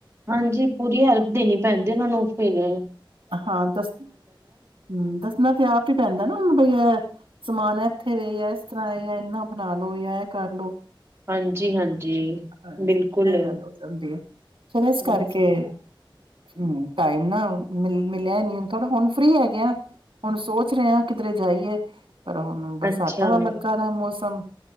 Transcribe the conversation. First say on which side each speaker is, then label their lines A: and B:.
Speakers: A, on the right; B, on the right.
A: ਹਾਂਜੀ ਪੂਰੀ ਹੈਲਪ ਦੇਣੀ ਪੈਦੀ ਉਹਨਾ ਨੂੰ ਫੇਰ
B: ਹਾਂ ਦੱਸ ਹੂੰ ਦੱਸਣਾ ਤੇ ਆਪ ਹੀ ਪੈਂਦਾ ਨਾ ਹੁਣ ਬਈ ਇਹ ਸਮਾਨ ਇੱਥੇ ਵੇ ਆ ਇਸ ਤਰ੍ਹਾਂ ਏ ਯਾ ਏਨਾ ਬਣਾ ਲੋ ਜਾਂ ਇਹ ਕਰ ਲੋ
A: ਹਾਂਜੀ, ਹਾਂਜੀ
B: ਹਾਂਜੀ
A: ਬਿਲਕੁਲ
B: ਇਹ ਗੱਲ ਹੋ ਜਾਂਦੀ ਆ ਫਿਰ ਇਸ
A: ਹਾਂਜੀ
B: ਕਰਕੇ ਹੂੰ ਟਾਈਮ ਨਾ ਮਿਲ ਮਿਲਿਆ ਨੀ ਹੁਣ ਥੋੜ੍ਹਾ ਹੁਣ ਫਰੀ ਹੈਗੇ ਆ। ਹੁਣ ਸੋਚ ਰਿਆ ਕਿਧਰੇ ਜਾਈਏ ਪਰ ਹੁਣ ਬਰਸਾਤਾਂ
A: ਅੱਛਾ
B: ਦਾ ਲੱਗਾ ਰਾ ਮੌਸਮ।